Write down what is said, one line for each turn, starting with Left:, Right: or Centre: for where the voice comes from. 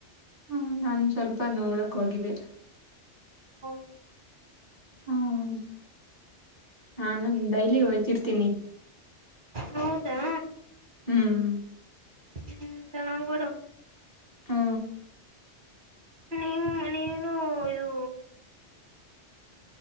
Left: ಹ್ಮ ನಾನು ಸ್ವಲ್ಪ ನೋಡಕ್ ಹೋಗಿದ್ದೆ
Right: ಹ್ಮ
Left: ಹ್ಮ ನಾನನ್ ಡೈಲಿ ಹೋಗೋಗಿರ್ತೀನಿ
Right: ಹೌದಾ
Left: ಹ್ಮ್ <inaudible>
Right: ಹ್ಮ ಚಣಂಗೂಡ
Left: ಹ್ಮ
Right: ನಿಮ ನೀನು ಇದು